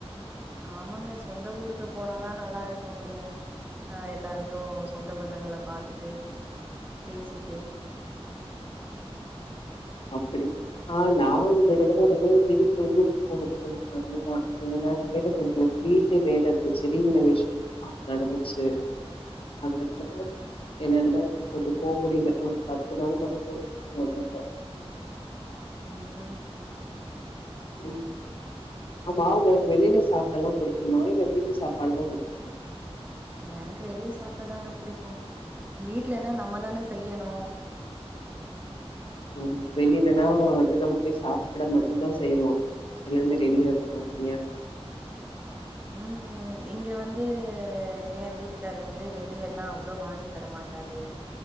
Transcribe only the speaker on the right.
ஆமாங்க சொந்த ஊருக்கு போனாதான் நல்லா இருக்க முடியும் ஆஹ் எல்லாரையும் சொந்த பந்தங்களை பாத்துட்டு பேசிட்டு
உம் உம்
எனக்கு வெளியே சாப்பிட்டாதாங்க புடிக்கும் வீட்லன்னா நம்மதான செய்யணும்
உம் இங்க வந்து என் வீட்டுக்காரு வந்து வெளியல்லாம் அவ்வளவு வாங்கி தரமாட்டாரு